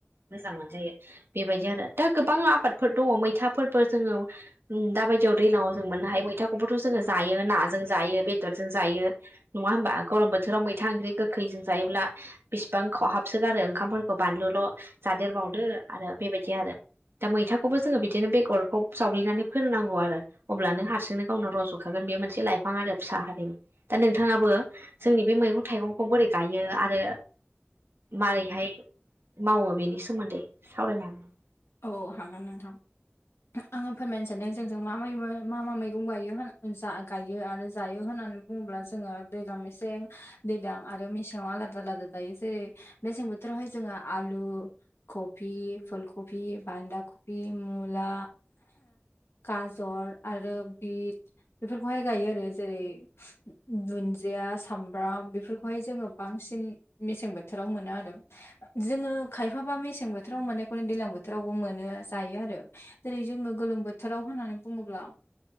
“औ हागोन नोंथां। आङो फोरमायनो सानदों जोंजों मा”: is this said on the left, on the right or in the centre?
Left